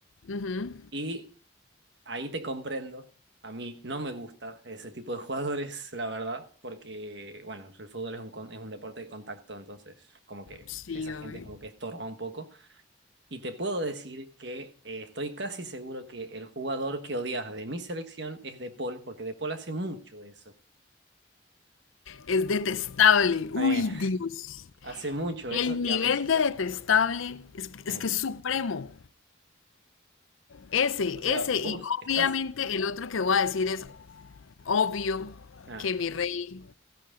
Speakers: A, on the left; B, on the right.
A: Ujú,
B: Y ahí te comprendo. A mí no me gusta ese tipo de <laughs> jugadores, la verdad, porque, bueno, el fútbol es un, con- es un deporte de contacto, entonces como que
A: Sí,
B: esa
A: obvio.
B: gente como que estorba un poco. Y te puedo decir que eh, estoy casi seguro que el jugador que odias de mi selección es De Paul, porque De Paul hace mucho eso.
A: Es detestable. Uy,
B: Eh,
A: Dios.
B: hace mucho
A: El
B: eso y
A: nivel
B: a veces...
A: de detestable es,
B: eh,
A: es que es supremo. Ese,
B: O sea,
A: ese. Y
B: vos estás.
A: obviamente el otro que voy a decir es obvio
B: Ah,
A: que mi rey.